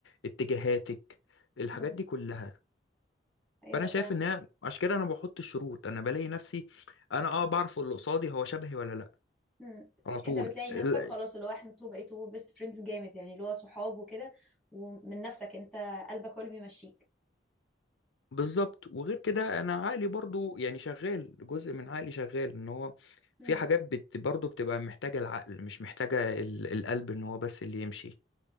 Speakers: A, on the left; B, in the centre.
A: اتجاهاتك الحاجات
B: مم.
A: دي كلها
B: ايوه
A: فانا شايف
B: فعلا
A: ان هي عشان كده انا بحط الشروط انا بلاقي نفسي انا اه بعرف اللي قصادي هو شبهي ولا لا
B: مم.
A: على طول
B: انت بتلاقي
A: ال-
B: نفسك خلاص اللي هو احنا انتوا بقيتوا بيست فريندز جامد يعني اللي هو صحاب وكده ومن نفسك انت قلبك هو اللي بيمشيك
A: بالظبط وغير كده انا عقلي برضو يعني شغال جزء من عقلي شغال ان هو
B: مم.
A: في حاجات بت برضو بتبقى محتاجة العقل مش محتاجة ال- القلب ان هو بس اللي يمشي